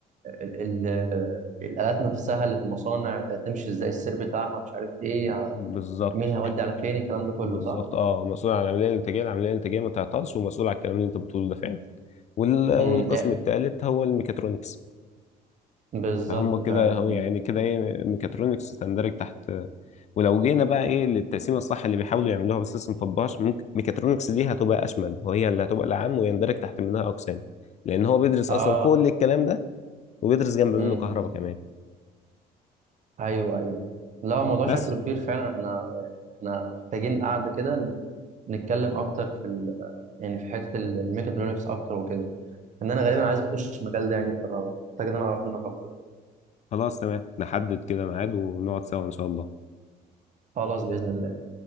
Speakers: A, on the right (about 45°); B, on the left (about 45°).
A: ال ال الالات نفسها اللي في المصانع تمشي ازاي السير بتاعها مش عارف ايه
B: بالظبط
A: مين هيودي على فين الكلام ده كله
B: بالظبط
A: صح؟
B: اه مسؤول عن العمليه الانتاجيه العمليه الانتاجيه ما تعطلش ومسؤول على الكلام اللي انت بتقوله ده فعلا وال-
A: امم
B: والقسم
A: إيه،
B: الثالث هو الميكاترونكس
A: بالظبط
B: فهم كده
A: فعلا
B: هو
A: مم.
B: يعني كده ايه ميكاترونكس تندرج تحت ولو جينا بقى ايه للتقسيمه الصح اللي بيحاولوا يعملوها بس لسه مطبقهاش ممكن ميكاترونكس دي هتبقى اشمل وهي اللي هتبقى العام ويندرج تحت منها اقسام لان هو بيدرس
A: اه
B: اصلا كل الكلام ده وبيدرس جنب
A: امم
B: منه كهرباء كمان
A: ايوه ايوه لا هو الموضوع
B: بس
A: شكله كبير فعلا احنا احنا محتاجين قعده كده نتكلم اكتر في ال... يعني في حته الميكاترونكس اكتر وكده ان انا غالبا عايز اخش المجال ده يعني فمحتاج ان انا اعرف منك اكتر
B: خلاص تمام نحدد كده ميعاد ونقعد سوا ان شاء الله
A: خلاص باذن الله